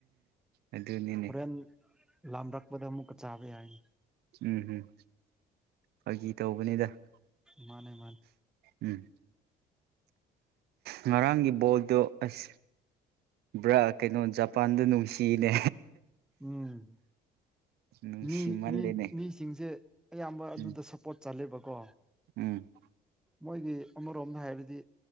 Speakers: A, on the right; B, in the centre.
A: ꯑꯗꯨꯅꯤꯅꯦ
B: ꯍꯣꯔꯦꯟ ꯂꯥꯝꯔꯛꯄꯗ ꯑꯃꯨꯛꯀ ꯆꯥꯕ ꯌꯥꯅꯤ
A: ꯎꯝ ꯎꯝ ꯐꯥꯒꯤ ꯇꯧꯕꯅꯤꯗ
B: ꯃꯥꯅꯦ ꯃꯥꯅꯦ
A: ꯎꯝ ꯉꯔꯥꯡꯒꯤ ꯕꯣꯜꯗꯣ ꯑꯁ ꯕ꯭ꯔꯥ ꯀꯩꯅꯣ ꯖꯄꯥꯟꯗ ꯅꯨꯡꯁꯤꯅꯦ
B: ꯎꯝ
A: ꯅꯨꯡꯁꯤꯃꯜꯂꯦꯅꯦ
B: ꯃꯤ ꯃꯤ ꯃꯤꯁꯤꯡꯁꯦ ꯑꯌꯥꯝꯕ ꯑꯗꯨꯗ
A: ꯎꯝ
B: ꯁꯞꯄꯣꯔꯠ ꯆꯠꯂꯦꯕꯀꯣ
A: ꯎꯝ
B: ꯃꯣꯏꯒꯤ ꯑꯃꯔꯣꯝꯗ ꯍꯥꯏꯔꯗꯤ